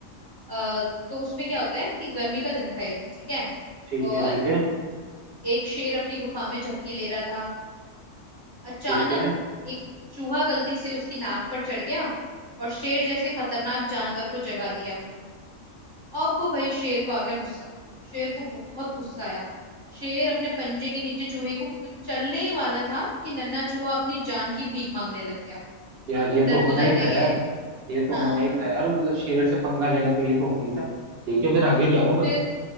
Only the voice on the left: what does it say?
अ, तो उसमें क्या होता है कि गर्मी का दिन था एक ठीक है
और
एक शेर अपनी गुफा में झपकी ले रहा था अचानक
एक चूहा गलती से उसकी नाक पर चढ़ गया और शेर जैसे खतरनाक जानवर को जगा दिया अब भाई शेर को आ गया गुस्सा शेर को बहुत गुस्सा आया शेर अपने पंजे के नीचे चूहे को कुछ चलने ही वाला था कि नन्हा चूहा अपनी जान की भीख मांगने लग गया
अब
वो डर
तो जाता
ही
है
हाँ
फिर